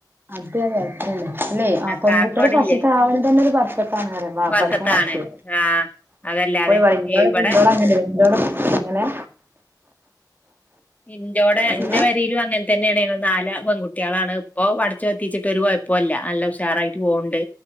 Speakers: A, on the right; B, on the left.
A: അതെ അതെ അത്രല്ലേ അല്ലേ അപ്പം
B: കാക്ക
A: പെങ്‌ട്ടിയാള്
B: ഇവിടില്ലേ
A: ഫസ്റ്റ്താവണന്നെ ഒരു ബർഖത്താണറിയാ ആഹ് വാപ്പക്കും
B: വർക്കത്താണ്
A: മട്ട്
B: ആഹ് അതല്ലാതെ
A: അങ്ങനെ
B: ഇവിടെ
A: <unintelligible> അങ്ങനെ
B: ഇന്റോടെ
A: എങ്ങനെ
B: ന്റെ അങ്ങനെ തന്നെയാണ് ഞങ്ങള് നാല് പെൺകുട്ടികളാണ്, ഇപ്പോ പഠിച്ചു എത്തിച്ചിട്ട് ഒരു കൊയപ്പോ ല്ല ഹഷാറായി പോണ്ട്,